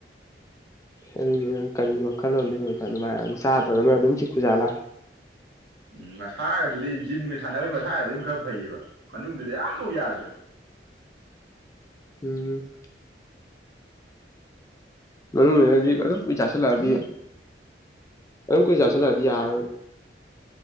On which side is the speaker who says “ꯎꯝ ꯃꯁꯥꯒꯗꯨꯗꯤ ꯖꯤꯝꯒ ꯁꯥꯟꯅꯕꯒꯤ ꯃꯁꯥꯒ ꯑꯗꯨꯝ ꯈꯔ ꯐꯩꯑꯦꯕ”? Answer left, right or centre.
Right